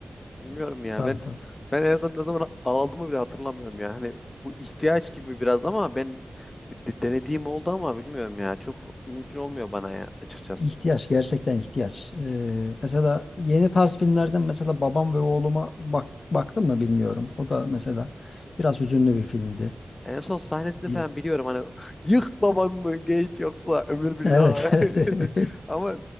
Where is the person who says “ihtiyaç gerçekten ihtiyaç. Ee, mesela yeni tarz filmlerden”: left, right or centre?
Left